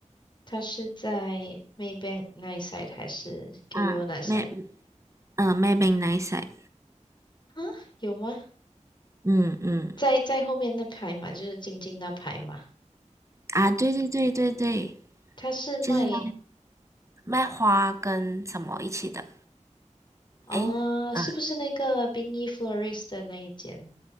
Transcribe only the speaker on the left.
它是在 Maybank 那一 side 还是 Yoyo
那一 side
啊？有吗？
在在后面那排嘛，就是晶晶那排嘛，
它是卖
哦，
是不是那个冰衣 florist 的那一间？